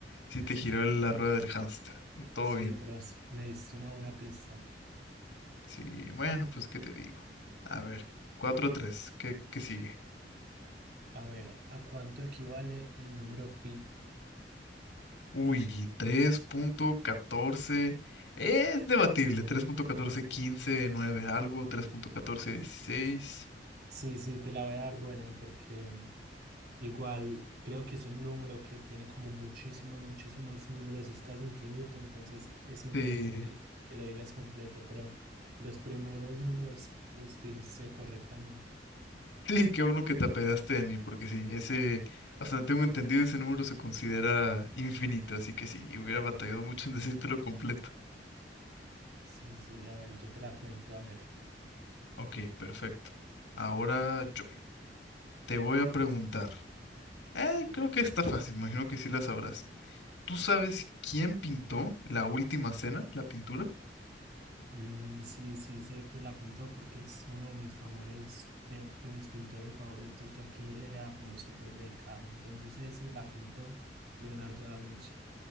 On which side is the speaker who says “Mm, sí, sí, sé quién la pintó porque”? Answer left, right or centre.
Right